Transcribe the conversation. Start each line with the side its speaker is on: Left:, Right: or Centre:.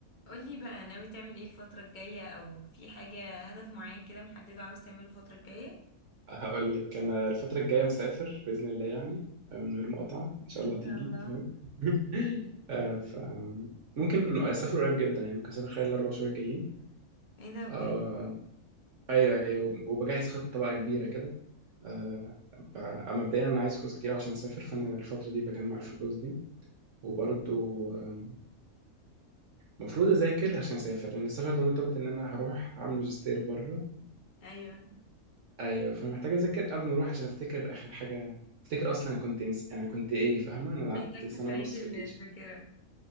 Left: قولي بقى ناوي تعمل ايه الفترة الجاية او في حاجة هدف معين كده محدد عاوز تعمله الفترة الجاية
Right: هقول لك انا الفتره الجايه مسافر باذن الله يعني آه، من غير مقاطعه ان شاء
Left: ان
Right: الله تيجي
Left: شاء الله
Right: فاهم <laughs> آه، ف ممكن اسافر قريب جدا يعني ممكن اسافر خلال الاربع شهور الجايين
Left: ايه ده بجد
Right: آه، ايوه ايوه وبجهز خطه بقى كبيره كده آه، ب- مبدئيا انا عايز فلوس كتير عشان اسافر فانا الفتره دي بجمع الفلوس دي وبرضو آم، المفروض اذاكر عشان اسافر لان السفر ده مرتبط ان انا هروح اعمل ماجستير بره
Left: ايوه
Right: ايوه فانا محتاج اذاكر قبل ما اروح عشان افتكر اخر حاجه افتكر اصلا انا كنت انس... انا كنت ايه فاهمه انا
Left: محتاج
Right: قعدت سنه
Left: تستعيد
Right: ونص
Left: ال-
Right: في الجيش
Left: الذاكرة